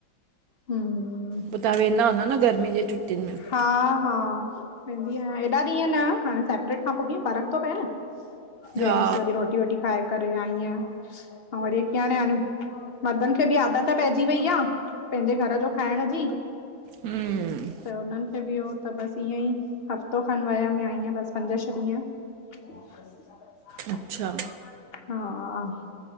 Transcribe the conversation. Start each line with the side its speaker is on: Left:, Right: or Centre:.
Left: हूं।
Right: पो तहां वेंदा हूंदा न गर्मीन जी छुट्टियुनि में।
Left: हा, हा वेंदी आयां, हेॾा ॾींहं ना हाणे सेपरेट खां पो जीअं फ़र्क थो पए न। जेंट्स
Right: हा
Left: वरी रोटी वोटी खाए करे आई आयां। अऊं वरी हिक हाणे हे मर्दनि खे बि आदत पइजी वेई आ। पेंजे घर जो खाइण जी
Right: हूं
Left: त हुननि खे बि इहो त बस ईअं ई हफ़्तो खनि वियम ईंयं बस पंज छह ॾींहं <inaudible>
Right: अच्छा।
Left: हा,